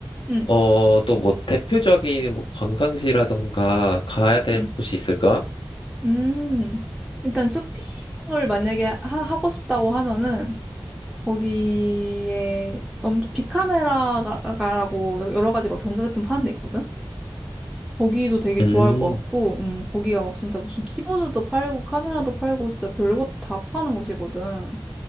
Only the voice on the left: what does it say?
어, 또 뭐 대표적인 뭐 관광지라던가 가야 될
곳이 있을까?
음,